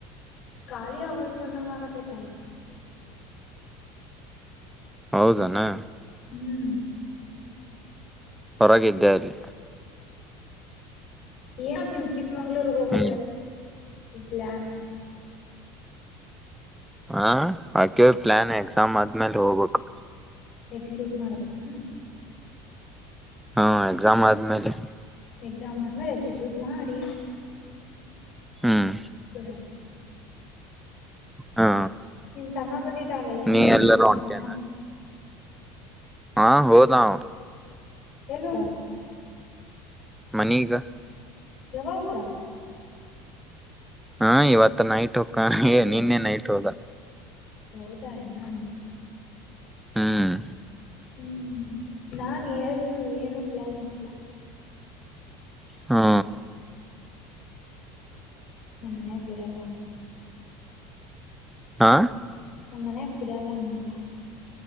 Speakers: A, on the left (about 50°); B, in the centre.
A: ಗಾಳಿ ಆವಾಜ್ ಬಂದಂಗ ಆಗತ್ತೈತಲ್ಲ
B: ಹೌದನಾ
A: ಹ್ಮ್
B: ಹೊರಗಿದ್ದೆ ಅಲ್ಲಿ
A: ಯಾ ಏನ ಅಪ್ಪ ಮಂಗಳೂರುರಿಗೆ ಹೋಗ
B: ಹ್ಮ್
A: ಪ್ಲಾನ್ ಅ ಪ್ಲನ್
B: ಹಾ ಯಾಕೆ ಪ್ಲಾನ್ ಎಕ್ಸಾಮ್ ಆದ್ಮೇಲೆ ಹೋಗ್ಬೇಕು
A: ಎಕ್ಸಿಕ್ಯೂಟ್ ಮಾಡಬೇಕಣ
B: ಹಾ ಎಕ್ಸಾಮ್ ಆದ್ಮೇಲೆ
A: ಎಕ್ಸಾಮ್ ಆದ್ಮೇಲೆ ಎಕ್ಸಿಕ್ಯೂಟ್ ಮಾಡಿ
B: ಹ್ಮ್
A: ಬಡ
B: ಹಾ
A: ನಿಮ ತಮ್ಮ ಬಂದಿದ್ದಲ್ಲ ಏನ್
B: ನೀ
A: ಮಾಡತ್ತ
B: ಎಲ್ಲರೂ
A: ನಿಮ
B: ಹೊಂಟೇನ
A: ತಮ್ಮ
B: ಹಾ ಹೋದ ನಾ
A: ಎಲ್ಲ ಹೋದ
B: ಮನೀಗ
A: ಯಾವಾಗ ಹೋದ
B: ಹಾ ಇವತ್ತ ನೈಟ್ ಹಕ್ಕ ನೀನ್ನೆ ನೈಟ್ ಹೋದ
A: ಹೌದಾಯನಾ
B: ಹ್ಮ್
A: ಹ್ಮ್ ನಾನ್ ಏನು ಪ್ಲಾನ್ ಹಾಕಿಲ್ಲ
B: ಹಾ
A: ನಮ್ಮ ಮನ್ಯಾಗ ಬಿಡಲ್ಲ ಅಂತ
B: ಹಾ
A: ನಮ್ಮ ಮನ್ಯಾಗ ಬಿಡಲ್ಲ ಹಂಗೆಲ್ಲ